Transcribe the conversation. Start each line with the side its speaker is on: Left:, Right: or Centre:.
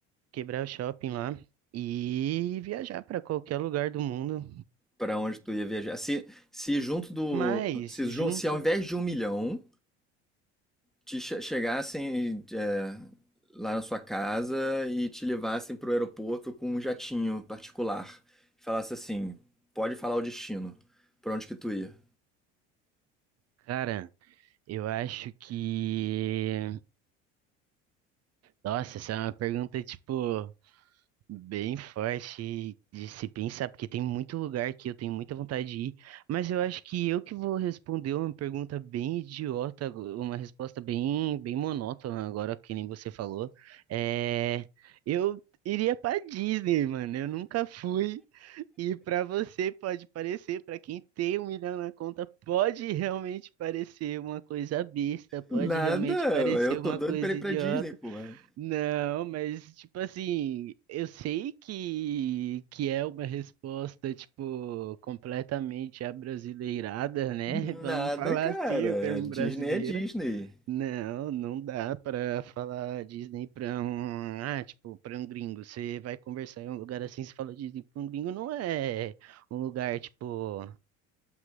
Right: quebrar o shopping lá e viajar pra qualquer lugar do mundo.
Centre: Pra onde tu ia viajar? Se, se junto do.
Right: Mas
Centre: Se, jun-
Right: junto,
Centre: se ao invés de um milhão, te che- chegassem é, lá na sua casa e te levassem pro aeroporto com um jatinho particular. E falasse assim: pode falar o destino. Pra onde que tu ia?
Right: cara. Eu acho que. Nossa, essa é uma pergunta, tipo, bem forte de se pensar, porque tem muito lugar que eu tenho muita vontade de ir, mas eu acho que eu que vou responder uma pergunta bem idiota, uma resposta bem, bem monótona, agora que nem você falou. É. Eu iria pra Disney, mano. Eu nunca fui. E para você pode parecer, para quem tem um milhão na conta, pode realmente parecer uma coisa besta, pode
Centre: Nada,
Right: realmente parecer
Centre: eu tô
Right: uma
Centre: doido
Right: coisa
Centre: pra ir pra
Right: idiota.
Centre: Disney, porra.
Right: Não, mas tipo assim, eu sei que que é uma resposta tipo completamente abrasileirada, né?
Centre: Nada,
Right: <laughs> Vamos falar
Centre: cara.
Right: assim, o termo
Centre: Disney
Right: brasileiro.
Centre: é Disney.
Right: Não, não dá pra falar Disney pra um, ah, tipo, pra um gringo. Você vai conversar em um lugar assim, você fala Disney pra um gringo, não é um lugar, tipo,